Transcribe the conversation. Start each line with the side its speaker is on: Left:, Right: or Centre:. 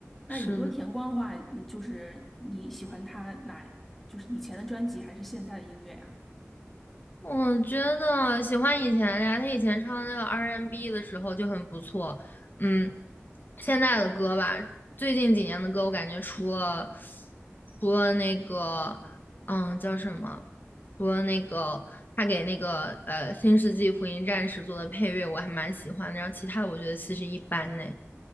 Centre: 那宇多田光的话，
Left: 是的。
Centre: 你就是你喜欢他哪，就是以前的专辑还是现在的音乐呀？
Left: 我觉得喜欢以前的呀，他以前唱那个 R&B n 的时候就很不错。嗯，现在的歌吧，最近几年的歌，我感觉除了除了那个，嗯，叫什么？除了那个他给那个呃《新世纪福音战士》做的配乐，我还蛮喜欢的。然后其他的，我觉得其实一般呢，